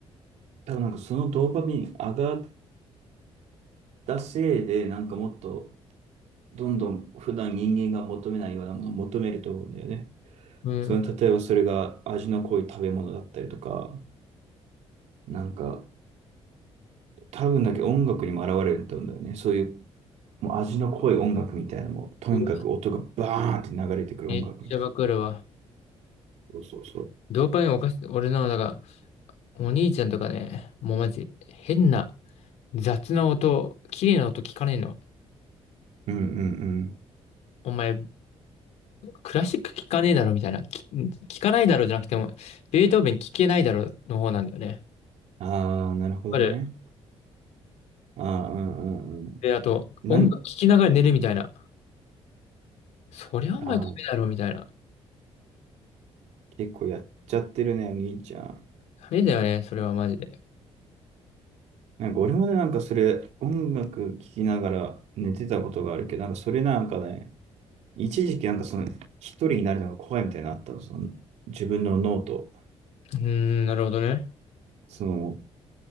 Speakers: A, on the right; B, on the left.
A: 多分なんかそのドーパミン上がったせいで、なんかもっと、どんどん普段人間が求めないようなものを求めると思うんだよね。
B: うん。
A: その、例えばそれが味の濃い食べ物だったりとか、なんか、多分だけど音楽にも現れると思うんだよね。そういう、もう味の濃い音楽みたいなのも、とにかく音がバーンって流れてくる音楽みたいな。
B: うわめっちゃバグるわ。
A: そうそうそう。
B: ドーパミンおかし、俺の、だから、お兄ちゃんとかね、もうマジ変な、雑な音、綺麗な音聞かねえの。
A: うんうんうん。
B: お前、クラシック聞かねえだろみたいな。き聞かないだろじゃなくても、ベートーベン聞けないだろの方なんだよね。
A: ああ、なるほどね。
B: あれ、
A: ああ、うんうんう
B: で、あと、
A: ん。
B: 音楽聞きながら寝るみたいな。
A: なん、
B: そりゃお前ダメだろみたいな。
A: ああ、結構やっちゃってるね、お兄ちゃん。
B: ダメだよね、それはマジで。
A: なんか俺までなんかそれ、音楽聴きながら寝てたことがあるけど、なんかそれなんかね、一時期なんかその、一人になるのが怖いみたいなのあったの、その、自分の脳と、
B: うーん、なるほどね。
A: その、